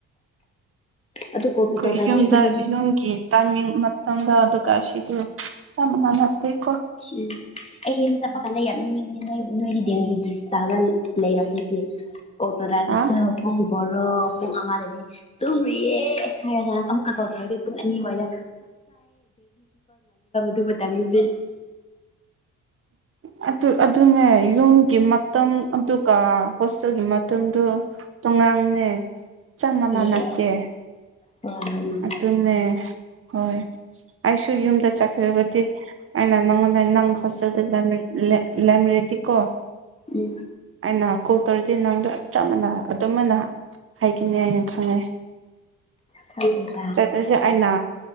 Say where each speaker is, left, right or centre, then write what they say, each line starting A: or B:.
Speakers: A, on the left (about 20°); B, on the right (about 45°).
A: ꯑꯗꯨ ꯀꯣꯜ ꯄꯤꯛ
B: ꯈꯣꯏ
A: ꯇꯧꯗ꯭ꯔꯗꯤ
B: ꯌꯨꯝꯗ
A: ꯀꯔꯤꯒꯤ
B: ꯌꯨꯝꯒꯤ ꯇꯥꯢꯃꯤꯡ ꯃꯇꯝꯒ ꯑꯗꯨꯒ ꯁꯤꯗꯤ ꯆꯞꯃꯥꯟꯅꯕ ꯅꯠꯇꯦꯀꯣ
A: ꯎꯪ ꯑꯩ ꯌꯨꯝꯆꯠꯄ ꯀꯥꯜꯗ ꯌꯥꯝ ꯎꯅꯤꯡꯉꯦ ꯅꯣꯏ ꯅꯣꯏꯗꯤ ꯗꯦꯍꯤꯒꯤ ꯂꯤꯠꯁꯇꯥ ꯂꯩꯔꯝꯕꯒꯤ ꯑꯣ ꯀꯗꯥꯢꯗ
B: ꯑ
A: ꯆꯠꯂꯨꯕ ꯄꯨꯡ ꯚꯥꯔꯣ ꯄꯨꯡ ꯑꯃꯥ ꯗꯗꯤ ꯇꯨꯝꯔꯤꯌꯦ ꯍꯥꯏꯔꯒꯥ ꯑꯃꯨꯛꯀ ꯀꯧꯊꯣꯔꯛꯑꯗꯤ ꯑꯄꯨꯡ ꯑꯅꯤ ꯋꯥꯏꯗ UNINTELLIGIBLE
B: ꯍꯦꯛꯇꯥ ꯑꯗꯨꯅꯦ ꯌꯨꯝꯒꯤ ꯃꯇꯝ ꯑꯗꯨꯒ ꯍꯣꯁꯇꯦꯜꯒꯤ ꯃꯇꯝꯗꯣ ꯇꯣꯉꯥꯜꯂꯦ ꯆꯞ ꯃꯥꯟꯅ
A: ꯑꯦ
B: ꯅꯠꯇꯦ
A: ꯍꯣꯏ ꯃꯥꯅꯦ
B: ꯑꯗꯨꯅꯦ ꯍꯣꯏ ꯑꯩꯁꯨ ꯌꯨꯝꯗ ꯆꯠꯀꯕꯗꯤ ꯑꯩꯅ ꯅꯪꯉꯣꯟꯗ ꯅꯪ ꯍꯣꯁꯇꯦꯜꯗ ꯂꯩꯝ ꯂꯩꯔꯝꯔꯦꯗꯤ ꯀꯣ
A: ꯎꯪ
B: ꯑꯩꯅ ꯀꯣꯜ ꯇꯧꯔꯗꯤ ꯅꯪꯗꯣ ꯆꯞ ꯃꯥꯟꯅ ꯑꯗꯨꯝꯃꯥꯢꯅ ꯍꯥꯏꯈꯤꯅꯤ ꯍꯥꯏꯅ ꯈꯪꯉꯦ
A: ꯈꯪꯗꯧ
B: ꯆꯠꯂꯖꯦ ꯑꯩꯅ